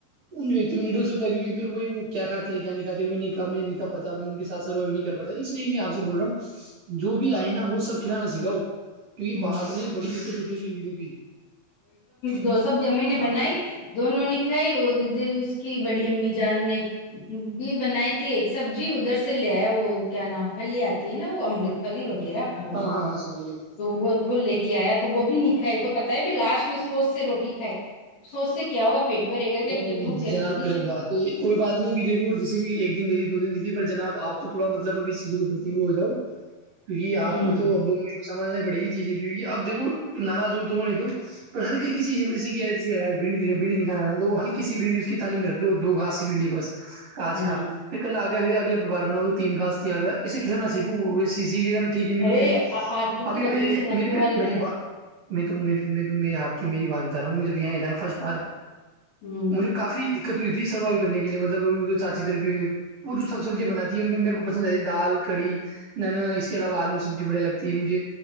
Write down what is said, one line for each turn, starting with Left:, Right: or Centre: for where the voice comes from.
Right: ان وتی میںڈل سکتا کی پھر وہ کیا کھات کیا نہیںکھات کہا نہیںا پ میں کے س سروو نہیں کر پاتا اس لیے میں آپ سے بول رہا ہوں جو بھی آئے نا وہ سب کھلانا سا کیونکہ
Left: ہاں
Right: بع
Left: بس
Right: میں بڑی دقت ہوتیھی پین جی
Left: تو سب جمی نے بنائی دونوں نے کھائی اس کی بڑی امی جان نے یہ بنائی تھی ایک سب جی ادھر سے لے ایا وہ کیا نام ہے لے اتے ہیں نا وہ ا
Right: ہاں ہاں ہاں سمجھ گیا میں
Left: تو وہ وہ لے کے آیا تھا تو وہ بھی نکھا ہے تو پ پھر لاسٹ میں سوچ سے روٹی کھائی سوچ سے کیا ہوگا پیٹ بھرے گا
Right: نہیں
Left: کہ
Right: نہیں نہیں
Left: بھوک
Right: جی
Left: لگے
Right: جناب
Left: گی
Right: غلط
Left: صحیح
Right: بات ہے کوئی بات نہیں ابھی دیکو جسے ایک دن دی تھی دو دن دی تھی پر جناب آپ تو تھوا مطلب اس چیز پر ج وہ ہو جاؤ کیکہ آپ
Left: ہوں
Right: کو تو ا سمجھنا پڑے گی چیز ہے کیہ اب دیکو ناراض ہو تو وہ نہیں تو پر ہر کل کییز جیسیکھ بڈی نکھا رہا تو وہ ہلکیھنڈی اس کی تھالی میں رکھ دو گاسی بھنی بس آج
Left: ہوں
Right: کا ایک ک لگ اگے بار بنا دو تین گاس تیار اسے کھلنا سھو سیی جہ میں ٹھیک ہے نہیں تو
Left: ارے
Right: پھر
Left: آج کل
Right: ابھی
Left: کے بچے
Right: میں
Left: سے نخرے
Right: م
Left: والے
Right: میری
Left: ہیں
Right: بات میں تو آپ کی میری بات بتا رہا ہوں جب یہاں ہے تھا نا فسٹ بار
Left: ہوں
Right: مجھے کافی دقت ہوئی تھی سروائو کرنے کی لیے مطلب چانچی طرف وہ سب سبزیاں بناتی ہے میرے کو پسند آتی ہے دال کڑی نہا اس کے علاوہ آلو سبزی بڑھیا لگتی ہے مجھے